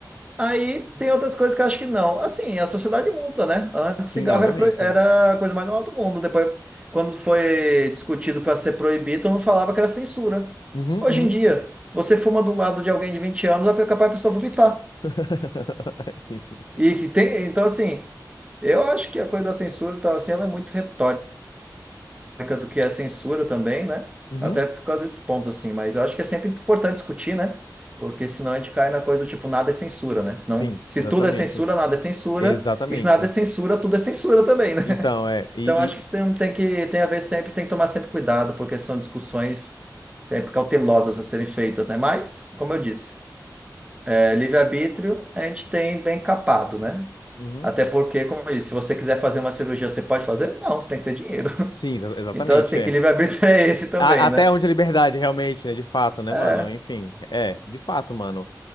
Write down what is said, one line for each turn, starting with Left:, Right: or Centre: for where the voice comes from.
Right: Aí tem outras coisas que eu acho que não. Assim, a sociedade muda, né? Antes
Left: Sim,
Right: cigarro
Left: obviamente,
Right: era, pro- era
Left: é.
Right: a coisa mais normal do mundo. Depois, quando foi discutido para ser proibido, todo mundo falava que era censura.
Left: Uhum,
Right: Hoje
Left: uhum.
Right: em dia, você fuma do lado de alguém de 20 anos, é capaz a pessoa vomitar.
Left: <laughs> Sim, sim.
Right: E que tem, então assim, eu acho que a coisa da censura tá, assim, ela é muito retórica. marca do que é censura também, né?
Left: Uhum.
Right: Até por causa desses pontos, assim. Mas eu acho que é sempre importante discutir, né? Porque senão a gente cai na coisa do tipo, nada é censura, né? Senão,
Left: Sim,
Right: se
Left: exatamente.
Right: tudo é censura, nada é censura.
Left: Exatamente.
Right: E se nada é censura, tudo é censura também, né? <laughs>
Left: Então, é. E,
Right: Então acho que
Left: e-
Right: você não tem que, tem a ver sempre, tem que tomar sempre cuidado, porque são discussões sempre cautelosas a serem feitas, né? Mas, como eu disse, é, livre-arbítrio a gente tem bem capado, né?
Left: Uhum.
Right: Até porque, como eu disse, se você quiser fazer uma cirurgia, você pode fazer? Não, você tem que ter dinheiro.
Left: Sim, exa- exatamente,
Right: Então, assim,
Left: é.
Right: que livre-arbítrio <laughs> é esse também,
Left: A- até
Right: né?
Left: onde a liberdade, realmente, né? De fato, né,
Right: É
Left: mano? Enfim, é, de fato, mano.